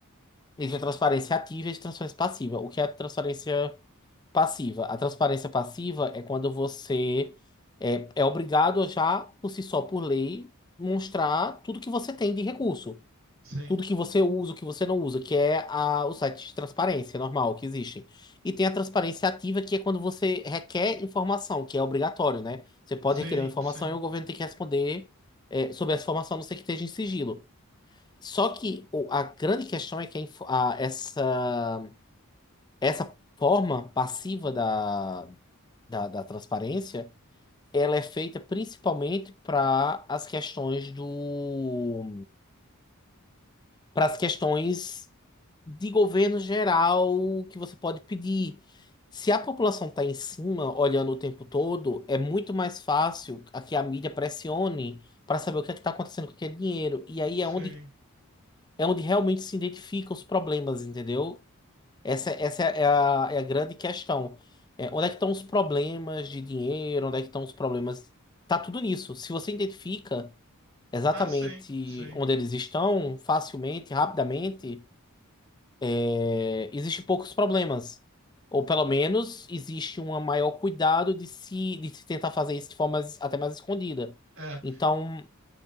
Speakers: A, on the left (about 20°); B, on the right (about 65°).
A: Existe a transparência ativa e a transparência passiva. O que é a transparência passiva? A transparência passiva é quando você é, é obrigado já, por si só, por lei, mostrar tudo que você tem de recurso.
B: sim,
A: Tudo que você usa, o que você não usa, que é a, o site de transparência normal que existem. E tem a transparência ativa, que é quando você requer informação, que é obrigatório, né? Você pode
B: sim,
A: requerer uma informação
B: sim,
A: e o governo tem que responder, é, sobre essa informação, a não ser que esteja em sigilo. Só que o- a grande questão é que a info- a- essa, essa forma passiva da, da, da transparência, ela é feita principalmente para as questões do, para as questões de governo geral que você pode pedir. Se a população está em cima, olhando o tempo todo, é muito mais fácil a que a mídia pressione para saber o que é que está acontecendo com aquele dinheiro. E aí
B: sim.
A: é onde é onde realmente se identificam os problemas, entendeu? Essa, essa é a, é a grande questão. É, onde é que estão os problemas de dinheiro? Onde é que estão os problemas? Tá tudo nisso. Se você identifica exatamente
B: Ah, sim, sim.
A: onde eles estão, facilmente, rapidamente, é, existe poucos problemas. Ou pelo menos existe um maior cuidado de se, de se tentar fazer isso de forma mais- até mais escondida.
B: É,
A: Então,